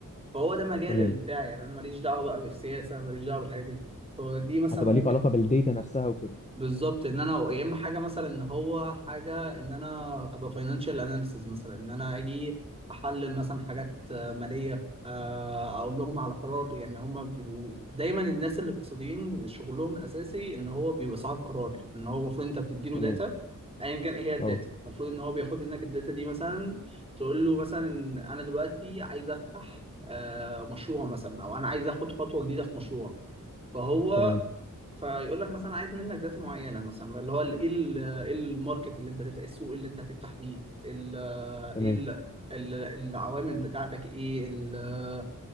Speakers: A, on the right (about 20°); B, on the left (about 20°).
A: فهو ده مجال
B: تمام
A: بتاعي يعني انا ماليش دعوه بقى بالسياسه ماليش دعوه بالحاجات دي فدي مثلا
B: هتبقى
A: ممكن
B: ليك علاقه بالديتا نفسها وكده
A: بالظبط ان انا يا اما حاجه مثلا ان هو حاجه ان انا ابقى فاينانشال اناليسز مثلا ان انا اجي احلل مثلا حاجات آه، ماليه آه، اقول لهم على قرار يعني هم بيبقوا دايما الناس الاقتصاديين شغلهم الاساسي ان هو بيبقى صاحب قرار ان هو المفروض انت بتديله
B: تمام
A: داتا ايا كان ايه هي الداتا
B: اه
A: المفروض ان هو بياخد منك الداتا دي مثلا تقول له مثلا انا دلوقتي عايز افتح آه، مشروع مثلا او انا عايز اخد خطوه جديده في مشروع فهو
B: تمام
A: فيقول لك مثلا عايز منك داتا معينه مثلا اللي هو ال- ايه ال- إيه الماركت اللي انت هتفتح إيه السوق اللي انت هتفتح فيه ال-
B: تمام
A: ايه ال- ال- العوامل بتاعتك ايه ال-